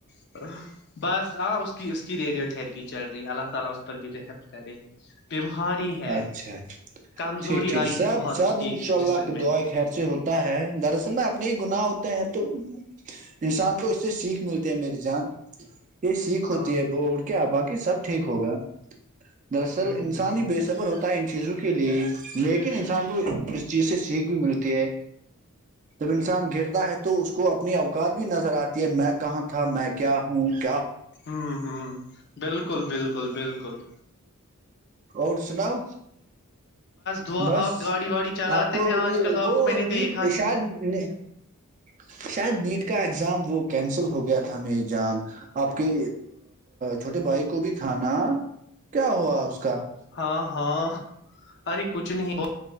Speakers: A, on the left; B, on the right.
A: <inaudible> ہے
B: اچھا
A: کمزوری
B: ٹھیک ٹھیک
A: آئی
B: سب
A: ہے بہت
B: سب
A: اس کی
B: ان شاء
A: جسم
B: اللہ
A: میں
B: دعا خیر سے ہوتا ہے دراصل میں اپنے ہی گناہ ہوتا ہیں تو انسان کو اس سے سیکھ ملتی ہے میری جان یہ سیکھ
A: ہاں
B: ہوتی ہے ب ا کیا باقی کہ سب ٹھیک ہوگا <unintelligible> دراصل
A: ہوں
B: انسانی
A: ہوں
B: ہی بیےسک <unintelligible> ان چیزوں کے لیے لیکن انسان کو اس چیز سے سیکھ بھی ملتی ہے جب انسان گرتا ہے تو اس کو <unintelligible> کو اپنی اوقات بھی نظر آتی ہے میک <unintelligible> کہاں تھا میں کیا ہوں <unintelligible>
A: ہوں ہوں بالکل بالکل بالکل <unintelligible>
B: اور سناؤ
A: دعا
B: بس
A: آپ گاڑی واڑی چلاتے
B: آپ کو
A: ہیں آج کل آپ
B: وہ
A: کو میں نے
B: نیٹ
A: دیکھا ہی
B: شاید
A: نہیں
B: <unintelligible> شاید نیٹ کا ایگزام وہ کینسل ہو گیا تھا میری جان آپ کے چھوٹے بھائی کو بھی تھا نا کیا ہوا اس کا <unintelligible>
A: ہاں ہاں <unintelligible> ارے کچھ نہیں ب <unintelligible>